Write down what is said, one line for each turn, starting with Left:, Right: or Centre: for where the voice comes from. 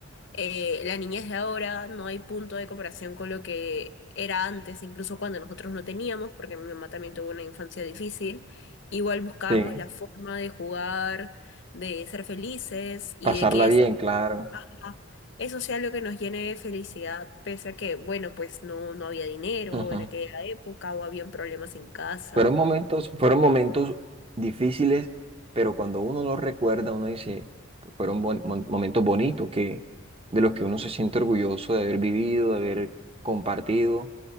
Left: eh, la niñez de ahora no hay punto de comparación con lo que era antes, incluso cuando nosotros no teníamos, porque mi mamá también tuvo una infancia difícil. Igual buscábamos
Right: sí,
Left: la forma de jugar, de ser felices y
Right: pasarla
Left: de que
Right: bien,
Left: eso,
Right: claro.
Left: sea eso sea lo que nos llene de felicidad, pese a que, bueno, pues no, no había dinero
Right: Ujú.
Left: en aquella época o habían problemas en casa.
Right: Fueron momentos, fueron momentos difíciles, pero cuando uno los recuerda, uno dice, fueron buen- mon- momentos bonitos que, de los que uno se siente orgulloso de haber vivido, de haber compartido